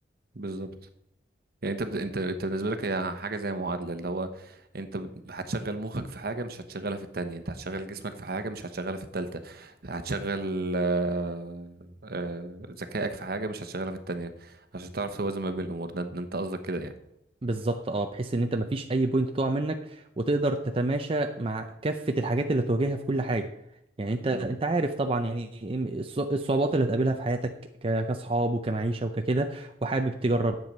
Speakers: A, on the right; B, on the right.
A: بالظبط يعني انت بت... انت انت بالنسبة لك هي حاجة زي معادلة اللي هو انت بت- هتشغل مخك في حاجة مش هتشغلها في التانية انت هتشغل جسمك في حاجة مش هتشغلها في التالتة هتشغل آه، آه، ذكائك في حاجة مش هتشغلها في التانية عشان تعرف توازن ما بين الامور ده ده انت قصدك كده يعني
B: بالظبط اه بحيث ان انت مفيش اي بوينت تقع منك وتقدر تتماشى مع كافة الحاجات اللي تواجهها في كل حاجة يعني انت
A: امم
B: انت عارف طبعا يعني الص- الصعوبات اللي هتقابلها في حياتك ك- كاصحاب وكمعيشة وككده وحابب تجرب